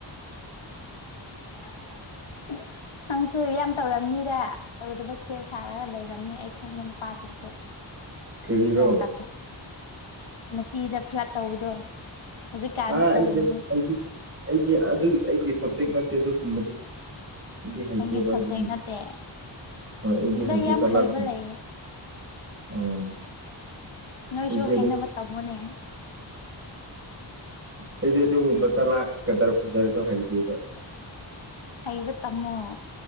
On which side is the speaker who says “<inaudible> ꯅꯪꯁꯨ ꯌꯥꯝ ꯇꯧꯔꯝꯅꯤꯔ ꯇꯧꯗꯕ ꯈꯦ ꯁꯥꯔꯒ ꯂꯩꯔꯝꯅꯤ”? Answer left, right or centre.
Left